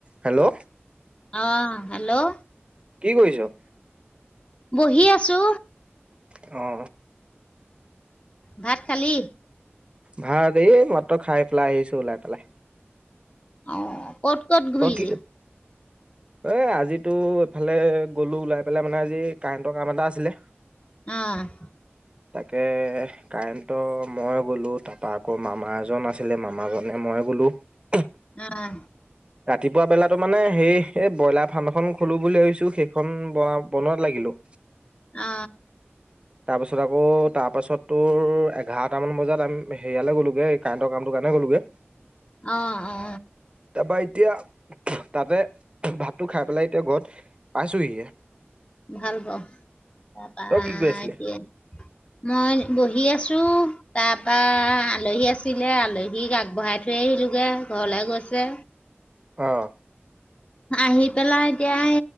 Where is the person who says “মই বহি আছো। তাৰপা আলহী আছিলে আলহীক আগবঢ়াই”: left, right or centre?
Left